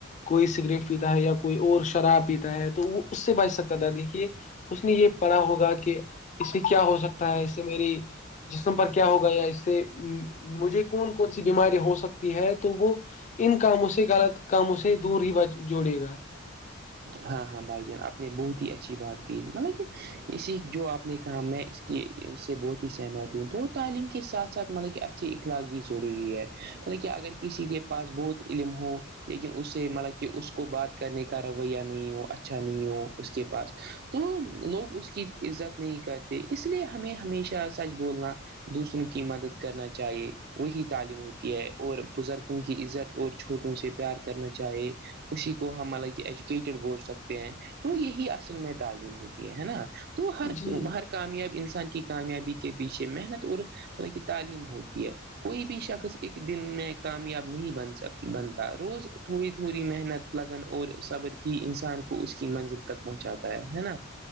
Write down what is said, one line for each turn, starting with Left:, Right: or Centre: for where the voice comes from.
Left: کوئی سگریٹ پیتا ہے یا کوئی اور شراب پیتا ہے تو وہ اس سے بچ سکتا تھا دیکھیے اس نے یہ پڑھا ہوگا کہ اس سے کیا ہو سکتا ہے اس سے میری جسم پر کیا ہوگا یا اس سے مجھے کون کون سی بیماری ہو سکتی ہے تو وہ ان کاموں سے غلط کاموں سے دور ہی ب جوڑے گا
Right: ہاں ہاں بھائی جان آپ نے بہت ہی اچھی بات کی مطلب کہ اسی جو آپ نے کہا میں کہ اس سے بہت ہی سہمت ہو دو تعلیم کے ساتھ ساتھ مطلب کہ اچھے اخلاق بھی ضروری ہے مطلب کہ اگر کسی کے پاس بہت علم ہو لیکن اس سے مطلب کہ اس کو بات کرنے کا رو یا نہیں ہو اچھا نہیں ہو اس کے پاس تو لوگ اس کی عزت نہیں کرتے اس لیے ہمیں ہمیشہ سچ بولنا دوسروں کی مدد کرنا چاہیے وہی تعلیم ہوتی ہے اور بزرگوں کی عزت اور چھوٹوں سے پیار کرنا چاہے اسی کو ہملب سک ہیں تو یہ ا میں تعلیم ہوتیا تو ہ
Left: جی
Right: ہ کامیاب انسان کی کامیابی کے پیچھے محنت اور مطل کی تعلیم ہوتی ہے کوئی بھی شخص ایک دن میں کامیاب نہیں بن سک بنتا روز تھوڑی تھوڑی محنت لگن اور صبر ہی انسان کو اس کی منزل تک پہنچاتا ہے ہے نا